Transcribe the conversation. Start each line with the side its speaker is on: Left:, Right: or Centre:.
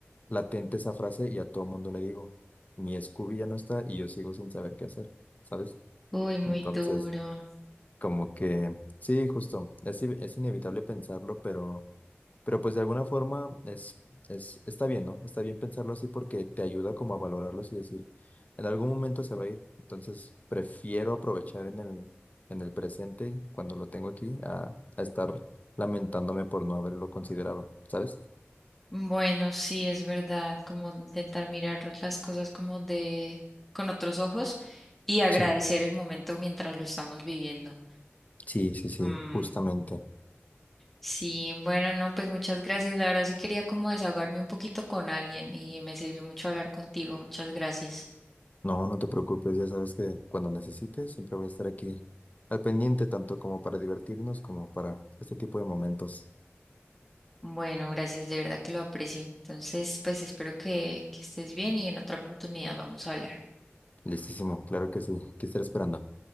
Left: latente esa frase y a todo mundo le digo, mi Scooby ya no está y yo sigo sin saber qué hacer, ¿sabes?
Centre: Uy, muy
Left: Entonces,
Centre: duro.
Left: como que, sí, justo, es, i- es inevitable pensarlo, pero, pero pues de alguna forma es, es, está bien, ¿no? Está bien pensarlo así porque te ayuda como a valorarlos y decir, en algún momento se va a ir, entonces prefiero aprovechar en el, en el presente, cuando lo tengo aquí, a, a estar lamentándome por no haberlo considerado, ¿sabes?
Centre: Bueno, sí, es verdad, como intentar mirar las cosas como de con otros ojos y agradecer
Left: Sí.
Centre: el momento mientras lo estamos viviendo.
Left: Sí, sí, sí,
Centre: Mm,
Left: justamente.
Centre: sí, bueno, no, pues muchas gracias. La verdad sí quería como desahogarme un poquito con alguien y me sirvió mucho hablar contigo. Muchas gracias.
Left: No, no te preocupes, ya sabes que cuando necesites siempre voy a estar aquí al pendiente, tanto como para divertirnos como para este tipo de momentos.
Centre: Bueno, gracias, de verdad que lo aprecio. Entonces, pues espero que, que estés bien y en otra oportunidad vamos a hablar.
Left: Listísimo, claro que sí, que estaré esperando.